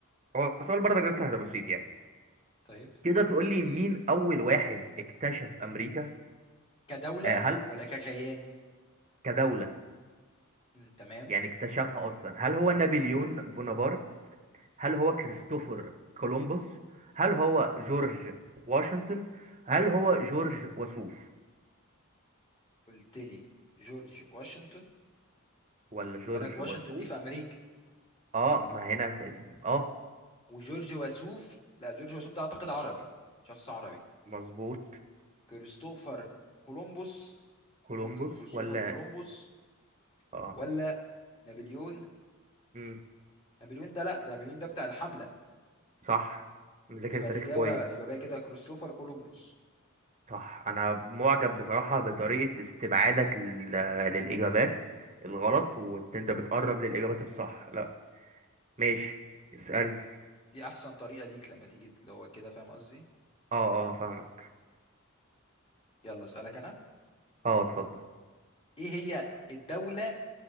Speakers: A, on the right; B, on the left.
A: هو سؤال برضك ده سهل بسيط يعني
B: طيب
A: تقدر تقول لي مين أول واحد اكتشف أمريكا
B: كدولة
A: آه، هل
B: ولا ككيان
A: كدولة
B: مم، تمام
A: يعني اكتشفها أصلا هل هو نابليون بونابرت هل هو كريستوفر كولومبوس هل هو جورج واشنطن هل هو جورج وسوف
B: قلت لي جورج واشنطن
A: ولا جورج
B: خلي بالك واشنطن
A: وسوف
B: دي في أمريكا
A: اه ما هنا ال- اه
B: وجورج وسوف لا جورج وسوف ده أعتقد عربي شخص عربي
A: مظبوط
B: كريستوفر كولومبوس
A: كولومبوس
B: ممكن كريستوفر
A: ولا
B: كولومبوس
A: اه
B: ولا نابليون
A: مم.
B: نابليون ده لا ده نابليون ده بتاع الحملة
A: صح مذاكر
B: يبقى
A: تاريخ
B: الإجابة
A: كويس
B: يبقى باقي كده كريستوفر كولومبوس
A: صح انا معجب بصراحة بطريقة استبعادك لل... للإجابات الغلط وانت بتقرب للإجابات الصح لا ماشي اسألني
B: دي أحسن طريقة ليك لما تيجي اللي هو كده فاهم قصدي
A: اه اه فاهمك
B: يلا أسألك أنا
A: اه اتفضل
B: إيه هي الدولة